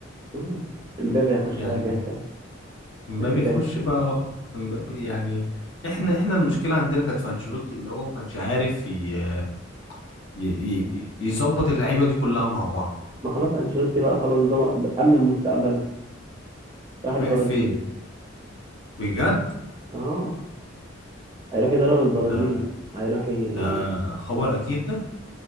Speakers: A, on the right; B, on the left.
A: إمم، إمبابي هيخش
B: يعني
A: بقى تاسع،
B: امبابي
A: هيخش تاسع،
B: يخش بقى اه امبابي يعني احنا احنا المشكلة عندنا كانت في انشيلوتي اللي هو ما كانش عارف ي- ي- ي- يظبط اللعيبة دي كلها مع بعض
A: ما خلاص أنشيلوتي بقى خلاص ده م أمِّن مستقبله، راح
B: رايح
A: البرازيل،
B: فين بجد
A: آه، هيروح يدرب البرازيل،
B: ده
A: هيروح ي
B: ده خبر اكيد ده